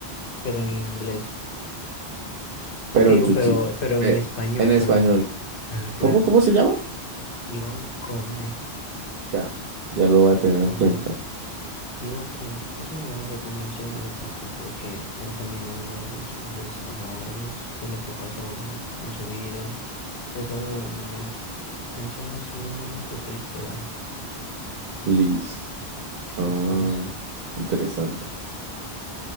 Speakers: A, on the left; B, on the right.
A: pero en inglés.
B: Pero
A: ¿Qué digo?
B: Yuji,
A: Pero, pero en
B: eh,
A: español,
B: en español.
A: perdón. Ah, claro,
B: ¿Cómo, cómo se llama?
A: Iván Cornejo.
B: Ya, ya lo voy a tener
A: Entonces,
B: en cuenta.
A: digo que es una buena recomendación de mi parte porque él también habla de sus desamores, de lo que ha pasado en su vida. Es algo, un men- canciones de un momento triste, vaya.
B: Liz. Ah,
A: Entonces,
B: interesante.